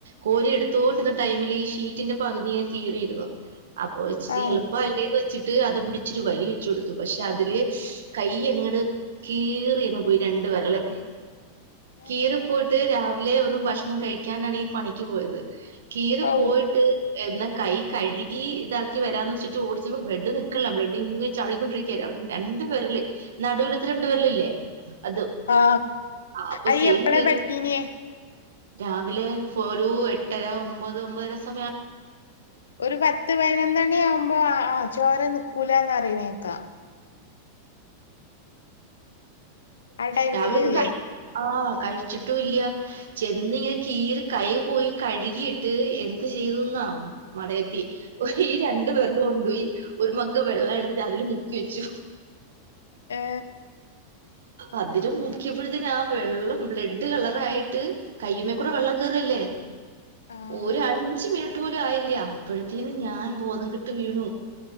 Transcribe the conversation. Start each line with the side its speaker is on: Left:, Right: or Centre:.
Right: കോരി എടുത്തോണ്ടിരുന്ന ടൈമിൽ ഈ ഷീറ്റിന്റെ പകുതി ഞനെ കീറിയിരുന്ന് അപ്പൊ ഇച്ചിരി
Left: ആഹ്
Right: എളുപ്പല്ലേ വെച്ചിട്ട് അത് പിടിച്ചൊരു വലി വെച്ഛ് കൊടുത്തു പക്ഷെ അതില് കൈ അങ്ങട് കീറിയങ്ങ് പോയി രണ്ട് വിരലും
Left: തന്നെ
Right: കീറി പോയിട്ട് രാവിലെ ഒന്നും ഭക്ഷണം കഴിക്കാണ്ടാണ് ഈ പണിക്ക് പോയത് കീറി
Left: ഔ
Right: പോയിട്ട് എന്നാ കൈ കഴുകി ഇതാക്കി വരാന്ന് വെച്ചിട്ട് ഓടിച്ച ബ്ലഡ് നിക്കണില്ല ബ്ലഡ് ഇങ്ങ ചാടിക്കൊണ്ടിരിക്കുവാ രണ്ടു വെരല് നടുവിലത്തെ രണ്ടുവിരലില്ലേ അത്.
Left: ആ
Right: അപ്പൊ
Left: അയ്എപ്പളാപറ്റീനേ?
Right: സെയിം കീറി രാവിലെ ഒരു എട്ടര ഒമ്പത് ഒമ്പതര സമയ
Left: ഒരു പത്ത് പതിനൊന്നണി ആകുമ്പോ ആ ആ ചോര നിക്കൂലാന്ന് പറയണ കേക്കാം. ആ ടൈമിലില്ലേ
Right: രാവിലെ ഒന്നും ആ കഴിച്ചിട്ടും ഇല്ല ചെന്ന് ഇങ്ങനെ കീറി കൈ പോയി കഴുകിയിട്ട് എന്ത് ചെയ്തുന്നാ മട ഈ രണ്ടു വരല് കൊണ്ടുപോയി ഒരു മഗ്ഗ് വെള്ളം എടുത്തിട്ട് അതിൽ മുക്കി വെച്ചു.
Left: ഏ
Right: അതില് മുക്കിയപ്പത്തേന് ആ വെള്ളം ബ്ലെഡ് കളറായിട്ട് കയ്യുമേ കൂടെ വെള്ളം കയറില്ലേ.
Left: ആഹ്
Right: ഒരു അഞ്ച് മിനിറ്റും പോലും ആയില്ല അപ്പോഴത്തേന്ന് ഞാൻ ബോധം കെട്ട് വീണു.